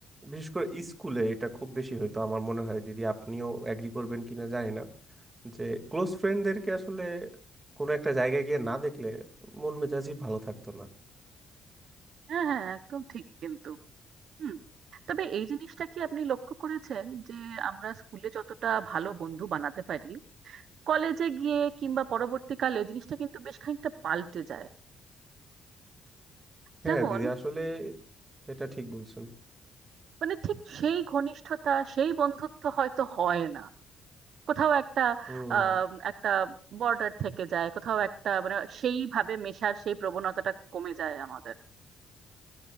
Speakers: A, on the right; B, on the right.
A: বিশেষ করে স্কুলে এটা খুব বেশি হইতো আমার মনে হয় দিদি আপনিও এগ্রি করবেন কিনা জানি না যে ক্লোজ ফ্রেন্ডদেরকে আসলে কোনো একটা জায়গায় গিয়ে না দেখলে মন মেজাজই ভালো থাকতো না
B: হ্যাঁ হ্যাঁ একদম ঠিক কিন্তু হুম তবে এই জিনিসটা কি আপনি লক্ষ্য করেছেন যে আমরা স্কুলে যতটা ভালো বন্ধু বানাতে পারি কলেজে গিয়ে কিংবা পরবর্তীকালে জিনিসটা কিন্তু বেশ খানিকটা পাল্টে যায়
A: হ্যাঁ
B: যেমন
A: দিদি আসলে এটা ঠিক বলছেন
B: মানে ঠিক সেই ঘনিষ্ঠতা সেই বন্ধুত্ব হয়তো হয় না কোথাও একটা
A: হুম
B: আহ একটা বর্ডার থেকে যায় কোথাও একটা মানে সেইভাবে মেশার সেই প্রবণতাটা কমে যায় আমাদের